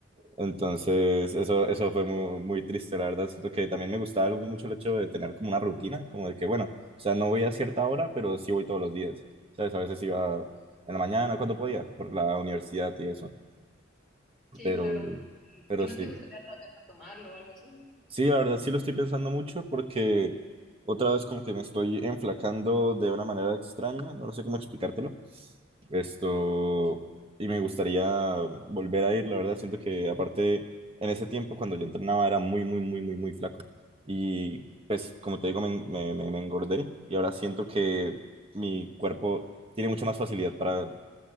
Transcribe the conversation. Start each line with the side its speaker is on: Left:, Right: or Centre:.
Right: Entonces, eso, eso fue muy, muy triste, la verdad. Siento que también me gustaba algo mucho el hecho de tener como una rutina, como de que, bueno, o sea, no voy a cierta hora, pero sí voy todos los días. ¿Sabes? A veces iba en la mañana, cuando podía, por la universidad y eso.
Centre: Sí,
Right: Pero,
Centre: claro. ¿Y,
Right: pero
Centre: y no
Right: sí.
Centre: te gustaría tal vez retomarlo o algo así?
Right: Sí, la verdad sí lo estoy pensando mucho porque otra vez como que me estoy enflacando de una manera extraña, no sé cómo explicártelo. Esto, y me gustaría volver a ir, la verdad siento que aparte en ese tiempo cuando yo entrenaba era muy, muy, muy, muy, muy flaco. Y pues como te digo, me, me, me- me engordé y ahora siento que mi cuerpo tiene mucha más facilidad para